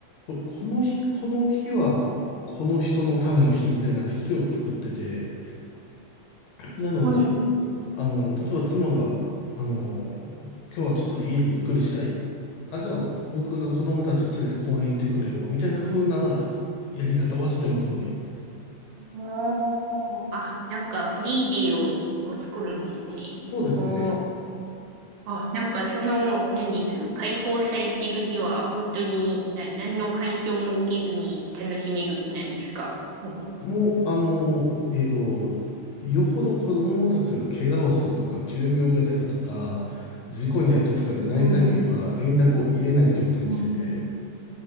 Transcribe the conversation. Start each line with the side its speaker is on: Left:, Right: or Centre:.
Left: こ、この日、この日は、この人のための日、みたいな日を作ってて、なので、
Right: はい。
Left: あの、例えば妻が、あの、今日はちょっと家でゆっくりしたい。あ、じゃあ僕が子供たち連れて公園行ってくるよ。みたいな風なやり方はしてますね。
Right: あーあ、なんかフリーデーを一個作るんですね。
Left: そうですね。
Right: おーあ、なんかその、何です、解放されてる日は本当にな、何の干渉も受けずに楽しめる日なんですかも
Left: もう、あの、えっと、よほど子供たちが怪我をしたとか、急病が出たとか、事故に遭ったとかでない限りは連絡を入れないということにしてて。
Right: うん。うん。